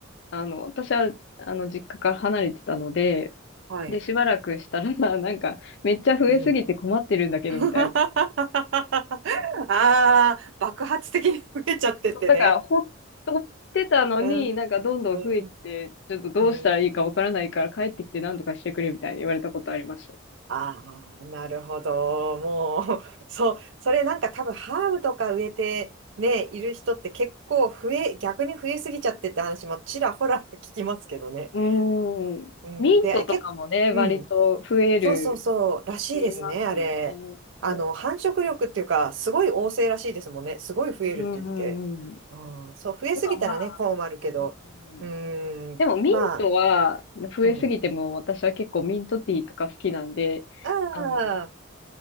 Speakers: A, on the left; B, on the right.
A: あ、あの、私は、あの、実家から離れてたので、
B: はい。
A: で、しばらくしたら、<laughs> なんか、めっちゃ増えすぎて困ってるんだけど、
B: うん。<laughs>
A: みたいな。
B: ああ、爆発的に増えちゃってってね。
A: だから、ほ、ほってたのに、
B: うん。
A: なんかどんどん増えて、
B: うん。
A: ちょっとどうしたらいいかわからないから帰ってきて何とかしてくれ、
B: うん。
A: みたいに言われたことありました。
B: ああ、なるほど。もう、<laughs> そう、それなんか多分ハーブとか植えてね、いる人って結構増え、逆に増えすぎちゃってって話もちらほら聞きますけどね。
A: うーん。
B: うん。
A: ミントとかもね、
B: で、結構、
A: 割と増える
B: うん。そうそうそう、らしいですね、
A: って言いますよね。
B: あれ。あの、
A: うん、
B: 繁殖力っていうか、すごい旺盛らしいですもんね。すごい増えるって言って。
A: うん、うんうん。
B: うん、そう、増えすぎたらね、
A: でもまあ、
B: 困るけど。
A: うん、
B: うーん、
A: でもミントは増えすぎても、
B: まあ、うん。
A: 私は結構ミントティーとか好きなんで、
B: あ
A: あの、
B: あ、